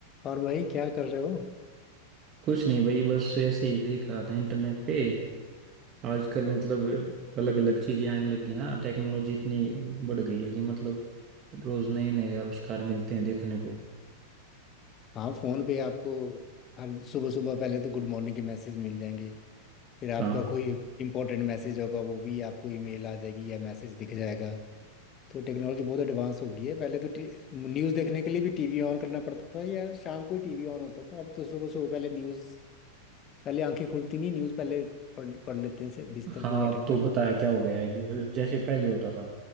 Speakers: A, on the left (about 30°); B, on the right (about 30°).
A: और भाई क्या कर रहे हो
B: कुछ नहीं भाई बस ऐसे ही देख रहा था इंटरनेट पे आजकल मतलब अलग अलग चीजें आने लगी ना टेक्नोलॉजी इतनी बढ़ गई है कि मतलब रोज नए नए आविष्कार मिलते हैं देखने को
A: हाँ फोन पे आपको हर सुबह सुबह पहले तो गुड मॉर्निंग के मैसेज मिल जाएंगे फिर आपका
B: हाँ,
A: कोई इंपॉर्टेंट मैसेज होगा वो भी आपको ईमेल आ जाएगी या मैसेज दिख जाएगा तो टेक्नोलॉजी बहुत एडवांस हो गई है पहले तो न्यूज़ देखने के लिए भी टीवी ऑन करना पड़ता था या शाम को ही टीवी ऑन होता था अब तो सुबह सुबह पहले न्यूज़ पहले आंखें खुलती नहीं न्यूज़ पहले पढ़ पढ़ लेते हैं से बिस्तर
B: हाँ
A: पे बैठे
B: अब
A: बैठे
B: तो पता है क्या हो गया है कि जैसे पहले होता था